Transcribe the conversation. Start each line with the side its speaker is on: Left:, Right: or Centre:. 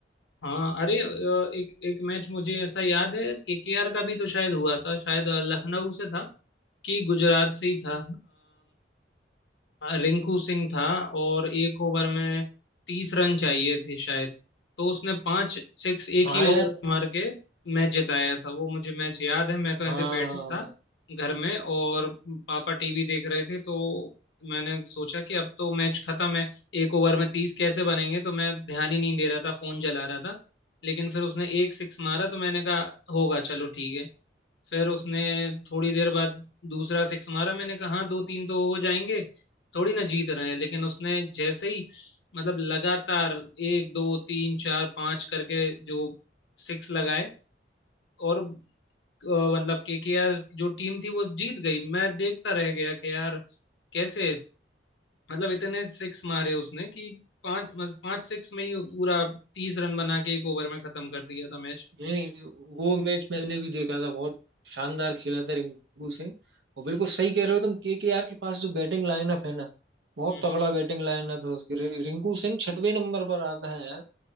Left: हाँ अरे अ, एक एक मैच मुझे ऐसा याद है केकेआर का भी तो शायद हुआ था शायद अ, लखनऊ से था कि गुजरात से ही था रिंकू सिंह था और एक ओवर में तीस रन चाहिए थे शायद तो उसने पांच सिक्स एक
Right: हाँ
Left: ही
Right: यार
Left: ओवर में मार के मैच जिताया था वो मुझे मैच याद है मैं तो
Right: हाँ
Left: ऐसे बैठा था घर में और पापा टीवी देख रहे थे तो मैंने सोचा कि अब तो मैच खत्म है एक ओवर में तीस कैसे बनेंगे तो मैं ध्यान ही नहीं दे रहा था फोन चला रहा था लेकिन फिर उसने एक सिक्स मारा तो मैंने कहा होगा चलो ठीक है फिर उसने थोड़ी देर बाद दूसरा सिक्स मारा मैंने कहा हाँ दो तीन तो हो जाएंगे थोड़ी ना जीत रहे हैं लेकिन उसने जैसे ही मतलब लगातार एक दो तीन चार पांच करके जो सिक्स लगाए और अ, मतलब के के आर जो टीम थी वो जीत गई मैं देखता रह गया कि यार कैसे मतलब इतने सिक्स मारे उसने कि पांच मतलब पांच सिक्स में ही पूरा तीस रन बना के एक ओवर में खत्म कर दिया था मैच
Right: नहीं वो मैच मैंने भी देखा था बहुत शानदार खेला था रिंकू सिंह और बिल्कुल सही कह रहे हो तुम केकेआर के आर के पास जो बैटिंग लाइनअप है ना बहुत
Left: हम्म
Right: तगड़ा बैटिंग लाइनअप है उसकी रि- रिंकू सिंह छठवें नंबर पर आता है यार